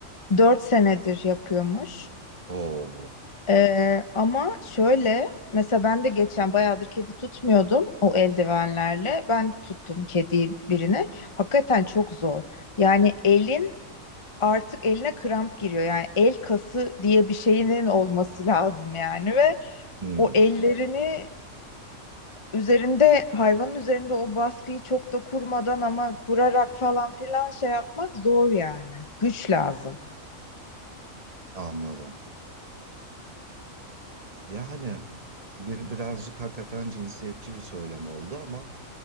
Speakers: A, on the left (about 25°); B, on the right (about 30°).
A: 4 senedir yapıyormuş.
B: Oo,
A: Ee, ama şöyle mesela ben de geçen bayağıdır kedi tutmuyordum o eldivenlerle. Ben tuttum kedi birini. Hakikaten çok zor. Yani elin artık eline kramp giriyor. Yani el kası diye bir şeyinin olması lazım yani ve
B: hmm,
A: o ellerini üzerinde hayvanın üzerinde o baskıyı çok da kurmadan ama kurarak falan filan şey yapmak zor yani. Güç lazım.
B: anladım. Yani bir, birazcık hakikaten cinsiyetçi bir söylem oldu ama